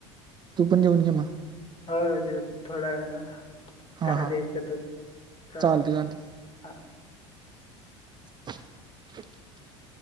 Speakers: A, on the right (about 30°); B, on the left (about 35°).
A: तू पण घेऊन घे म.
B: हो जे. थोड्या वे ना आता
A: हा
B: घरात
A: हा
B: यायचं तर, चाल
A: चालते चालते
B: हा.
A: <inaudible>